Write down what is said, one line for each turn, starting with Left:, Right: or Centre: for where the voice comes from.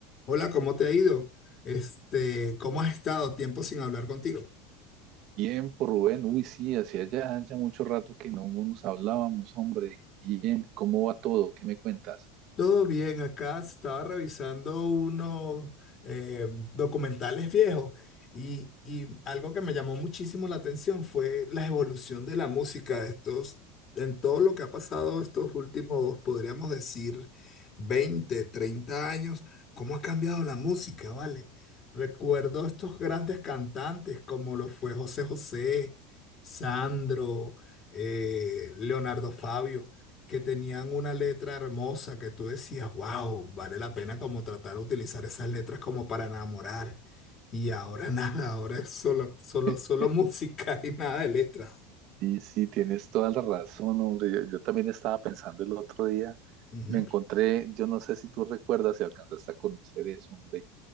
Left: Hola, ¿cómo te ha ido? Este, ¿cómo has estado? Tiempo sin hablar contigo.
Right: Bien, por Rubén, uy, sí, hacía ya, ya mucho rato que no nos hablábamos, hombre. Bien, ¿cómo va todo? ¿Qué me cuentas?
Left: Todo bien, acá estaba revisando unos eh, documentales viejos y, y algo que me llamó muchísimo la atención fue la evolución de la música estos, en todo lo que ha pasado estos últimos, podríamos decir, 20 30 años, cómo ha cambiado la música, ¿vale? Recuerdo estos grandes cantantes como lo fue José José, Sandro, eh, Leonardo Fabio que tenían una letra hermosa que tú decías, wow, vale la pena como tratar de utilizar esas letras como para enamorar. Y ahora <laughs> nada, ahora es solo, solo,
Right: <laughs>
Left: solo música y nada de letras.
Right: Sí, sí, tienes toda la razón, hombre. Yo, yo también estaba pensando el otro día,
Left: Ujú,
Right: me encontré, yo no sé si tú recuerdas, si alcanzaste a conocer eso, hombre,